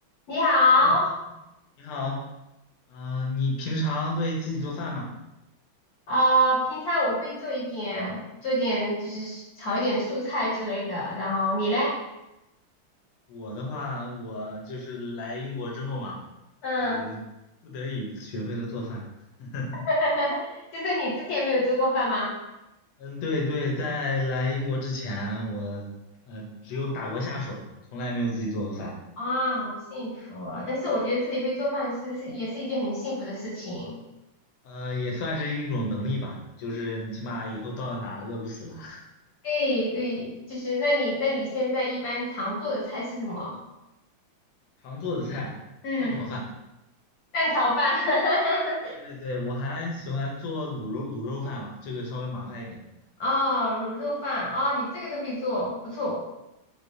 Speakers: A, on the left; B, on the left.
A: 你好，
B: Hello，你好，嗯，你平常会自己做饭吗？
A: 啊，平常我会做一点，做点就是炒一点素菜之类的。然后你嘞？
B: 我的话，我就是来英国之后嘛，
A: 嗯，
B: 呃，不得已学会了做饭。<laughs>
A: <laughs> 就是你之前没有做过饭吗？
B: 嗯，对对，在来英国之前，我呃只有打过下手，从来没有自己做过饭。
A: 啊，好幸福啊但是我觉得自己会做饭是是也是一件很幸福的事情。
B: 呃，也算是一种能力吧，就是你起码以后到哪饿不死了。
A: 对对，就是那你那你现在一般常做的菜是什么？
B: <laughs> 常做的菜，
A: 嗯，
B: 蛋炒饭。
A: 蛋炒饭。<laughs>
B: 对对，我还喜欢做卤肉卤肉饭嘛，这个稍微麻烦一点。
A: 哦，卤肉饭。哦，你这个都会做，不错。